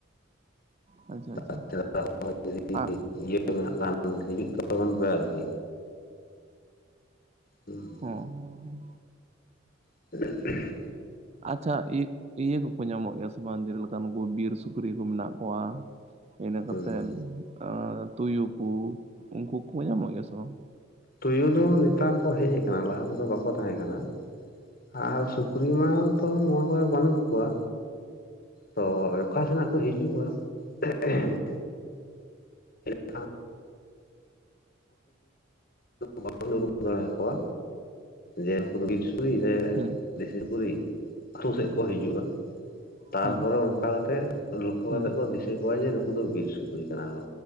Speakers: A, on the right; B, on the left.
A: ᱟᱪᱪᱷᱟ
B: ᱛᱲᱟ
A: ᱟᱪᱪᱷᱟ
B: <unintelligible> ᱡᱩᱫᱤ
A: ᱟᱨ
B: ᱤᱭᱟᱹ
A: ᱦᱚᱸ
B: ᱢᱮᱱᱟᱜ ᱠᱷᱟᱱ ᱦᱤᱡᱩᱜ ᱛᱟᱵᱚᱱ ᱯᱮ ᱟᱨᱠᱤᱼᱼ ᱦᱩᱸ
A: ᱦᱚᱸ ᱦᱚᱸ
B: <unintelligible>
A: ᱟᱪᱪᱷᱟ ᱤᱭᱟᱹ ᱠᱚᱠᱚ ᱧᱟᱢᱚᱜ ᱜᱮᱭᱟ ᱥᱮ ᱵᱟᱝ ᱡᱮᱞᱮᱠᱟᱱ ᱵᱤᱨ ᱥᱩᱠᱨᱤ ᱠᱚ ᱢᱮᱱᱟᱜ ᱠᱚᱣᱟ᱾ ᱤᱱᱟᱹ ᱠᱟᱛᱮᱫ
B: ᱦᱩᱸ
A: ᱛᱩᱭᱩ ᱠᱚ ᱩᱱᱠᱩ ᱠᱚ ᱧᱟᱢᱚᱜ ᱜᱮᱭᱟ ᱥᱮ ᱵᱟᱝ
B: ᱛᱩᱭᱩ ᱫᱚ ᱱᱮᱛᱟᱨ ᱠᱚ ᱦᱮᱡ ᱟᱠᱟᱱᱟ ᱞᱟᱦᱟ ᱛᱮᱫᱚ ᱵᱟᱠᱚ ᱛᱟᱦᱮᱸ ᱠᱟᱱᱟ᱾ ᱟᱨ ᱥᱩᱠᱨᱤ ᱢᱟᱛᱚ ᱱᱚᱣᱟ ᱠᱚᱨᱮ ᱵᱟᱱᱩᱜ ᱠᱚᱣᱟ᱾ ᱛᱚ ᱚᱠᱟ ᱥᱮᱱᱟᱜ ᱠᱚ ᱦᱤᱡᱩᱜᱼᱟ᱾ <unintelligible> <inaudible> ᱵᱟᱵᱚᱱ ᱩᱨᱩᱢ ᱫᱟᱲᱮᱭᱟᱠᱚᱣᱟ᱾ ᱡᱮ ᱩᱱᱠᱩ ᱫᱚ ᱵᱤᱨ ᱥᱩᱠᱨᱤ ᱥᱮ
A: ᱦᱩᱸ
B: ᱫᱮᱥᱤ ᱥᱩᱠᱨᱤ ᱟᱛᱩ ᱥᱮᱫ ᱠᱚ ᱦᱤᱡᱩᱜᱼᱟ ᱾ ᱛᱟᱨᱯᱚᱨᱮ
A: ᱦᱩᱸ
B: ᱚᱱᱠᱟ ᱠᱟᱛᱮᱜ ᱞᱚᱠᱠᱷᱚ
A: ᱦᱩᱸ
B: ᱠᱟᱛᱮᱫ ᱠᱚ ᱫᱤᱥᱟᱹ ᱠᱚᱣᱟ ᱡᱮ ᱱᱩᱠᱩ ᱫᱚ ᱵᱤᱨ ᱥᱩᱠᱨᱤ ᱠᱟᱱᱟ ᱠᱚ᱾